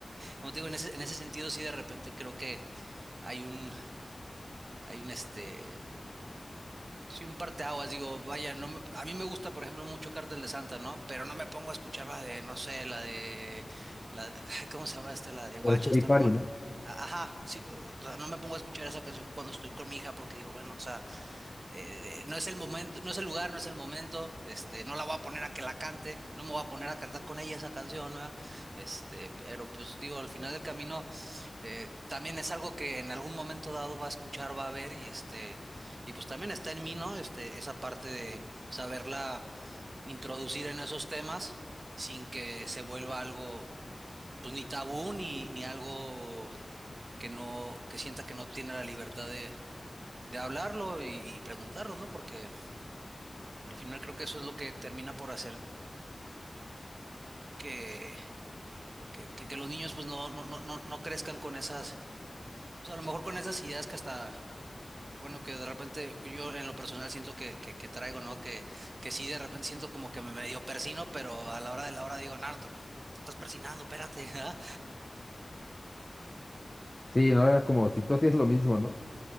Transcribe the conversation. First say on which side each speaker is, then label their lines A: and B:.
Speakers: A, on the right; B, on the left.
A: como te digo, en ese, en ese sentido sí de repente creo que hay un, hay un, este, pues sí, un parteaguas, digo, vaya, no me- a mí me gusta, por ejemplo, mucho Cártel de Santa, ¿no? Pero no me pongo a escuchar la de, no sé, la de, la, ay, ¿cómo se llama esta? La de Guacha,
B: El Choripari,
A: estar, ma-
B: ¿no?
A: ajá, sí, o sea, no me pongo a escuchar esa canción cuando estoy con mi hija porque digo, bueno, o sea, eh, eh, no es el momento, no es el lugar, no es el momento, este, no la voy a poner a que la cante, no me voy a poner a cantar con ella esa canción, ¿verdad? Este, pero pues digo, al final del camino eh, también es algo que en algún momento dado va a escuchar, va a ver y este, y pues también está en mí, ¿no? Este, esa parte de saberla introducir en esos temas sin que se vuelva algo, pues ni tabú ni, ni algo que no, que sienta que no tiene la libertad de, de hablarlo y, y preguntarlo, ¿no? Porque al final creo que eso es lo que termina por hacer que, que, que- que los niños pues no, no, no, no, no crezcan con esas, pues a lo mejor con esas ideas que hasta, que bueno, que de repente yo en lo personal siento que, que, que traigo, ¿no? Que, que sí de repente siento como que me medio persino, pero a la hora de la hora digo, Narta, te estás persinando, espérate, <laughs> ¿ah?".
B: Sí, no era como si tú hacías lo mismo, ¿no?